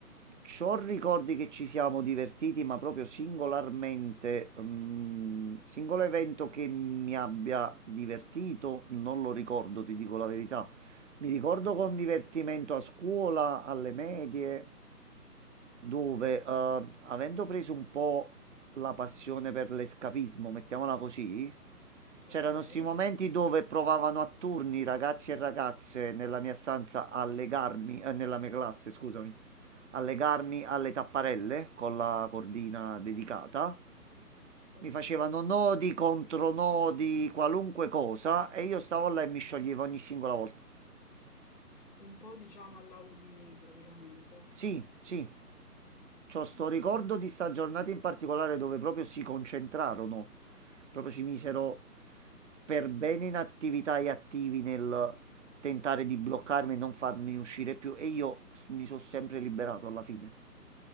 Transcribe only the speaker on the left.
okay,
okay.
Oddio,
un po' diciamo alla Houdini praticamente.
Okay,
mh,